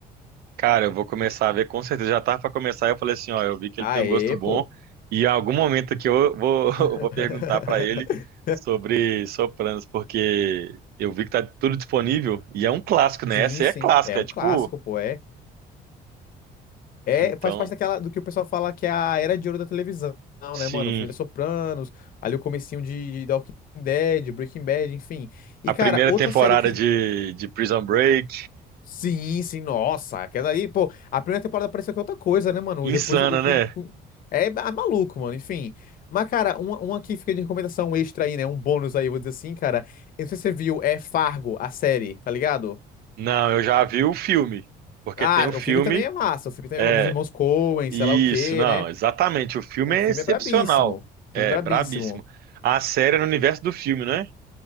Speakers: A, on the right; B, on the left.
A: Cara, eu vou começar a ver com certeza. Já tava pra começar. Eu falei assim, ó, eu vi que
B: Aê,
A: ele tem um gosto
B: pô.
A: bom e em algum momento aqui eu vou, <laughs> eu
B: <laughs>
A: vou perguntar pra ele sobre Sopranos, porque eu vi que tá tudo disponível e é um clássico, né?
B: Sim,
A: Essa
B: sim.
A: aí é clássica,
B: É um
A: é tipo,
B: clássico, pô. É É,
A: então,
B: faz parte daquela do que o pessoal fala que é a era de ouro da televisão,
A: sim.
B: né, mano? Família Sopranos, ali o comecinho de, de The Walking Dead, Breaking Bad, enfim. E,
A: a
B: cara,
A: primeira
B: outra
A: temporada
B: série que.
A: de, de Prison Break.
B: Sim, sim, nossa, aquela ali, pô, a primeira temporada pareceu que é outra coisa, né, mano?
A: Insana,
B: Depois o.
A: né?
B: o- o- É ah, maluco, mano, enfim. Mas, cara, uma, uma que fica de recomendação extra aí, né? Um bônus aí, eu vou dizer assim, cara. Eu não sei se você viu, é Fargo, a série, tá ligado?
A: Não, eu já vi o filme. Porque
B: Ah,
A: tem o filme.
B: o filme também é massa, o filme também
A: É,
B: é massa, dos irmãos Coen,
A: isso,
B: sei lá o quê,
A: não,
B: né?
A: exatamente. O filme
B: O
A: é
B: filme
A: excepcional.
B: é brabíssimo. O
A: É,
B: filme é brabíssimo.
A: brabíssimo. A série é no universo do filme, né?